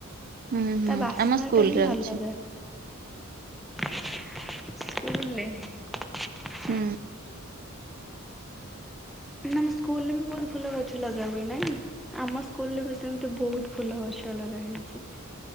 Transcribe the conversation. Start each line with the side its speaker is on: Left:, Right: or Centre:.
Right: ହୁଁ ହୁଁ
Centre: ତା ବାସ୍ନା
Right: ଆମ ସ୍କୁଲରେ
Centre: ଟା ହିଁ ଅଲଗା।
Right: ଅଛି।
Centre: ସ୍କୁଲ ନାହିଁ
Right: ହୁଁ।
Centre: ତମ ସ୍କୁଲ ରେ ବି ବହୁତ ଫୁଲ ଗଛ ଲଗା ହୁଏ, ନାଇଁ? ଆମ ସ୍କୁଲରେ ବି ସେମିତି ବହୁତ ଫୁଲ ଗଛ ଲଗା ହେଇଚି।